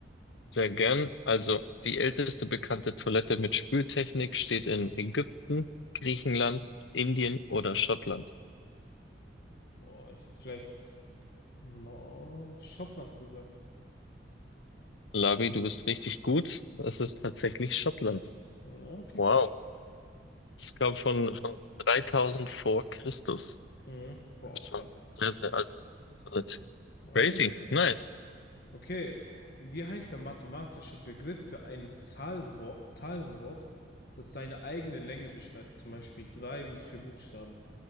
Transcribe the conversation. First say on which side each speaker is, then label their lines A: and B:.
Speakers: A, on the left; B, on the left.
A: Sehr gern. Also die älteste bekannte Toilette mit Spültechnik steht in Ägypten, Griechenland, Indien oder Schottland.
B: Boah, ich hätte vielleicht oh, Schottland gesagt.
A: Labi, du bist richtig gut. Es ist tatsächlich Schottland.
B: Ja, okay,
A: Wow.
B: krass.
A: Es kam von, von 3000 vor Christus.
B: Mhm. Boah,
A: Das ist
B: krass.
A: schon sehr, sehr alte Toilette.
B: Ja,
A: Crazy.
B: das ist echt
A: Nice.
B: krass. Okay, wie heißt der mathematische Begriff für ein Zahlwort, Zahlenwort, das seine eigene Länge beschreibt? Zum Beispiel 3 mit vier Buchstaben.